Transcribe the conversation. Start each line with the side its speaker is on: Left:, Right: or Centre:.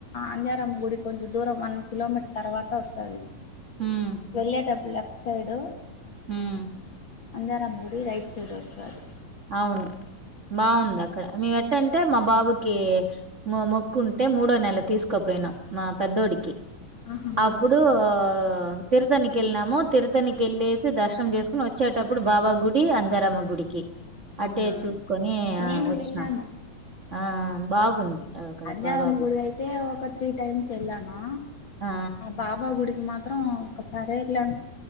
Left: అంజరమ్మ గుడి కొంచెం దూరం వన్ కిలోమీటర్ తర్వాత వస్తది
Right: హమ్
Left: వెళ్ళేటప్పుడు లెఫ్ట్ సైడ్
Right: హమ్
Left: అంజారమ్మ గుడి రైట్ సైడ్ వస్తది
Right: అవును బాగుంది అక్కడ మేము ఎట్టంటే మా బాబుకి మొ మొక్కు ఉంటే మూడో నెల తీసుకోపోయినాం మా పెద్దోడికి
Left: ఆహా
Right: అప్పుడు ఆ తిరుతనికి వెళ్ళినాము తిరుతనికి వెల్లెసి దర్శనం చేసుకుని వచ్చేటప్పుడు బాబా గుడి అంజారామ గుడికి అట్టే
Left: అవునా
Right: చూసుకొని ఆ
Left: నేను
Right: వచ్చినాం
Left: వెళ్ళాను
Right: ఆ బాగుంది అక్కడ
Left: అంజారం
Right: బాబా
Left: గుడి అయితే ఒక త్రీ టైమ్స్ వెళ్ళాను
Right: ఆ
Left: బాబా గుడికి మాత్రం ఒకసారే వెళ్ళాను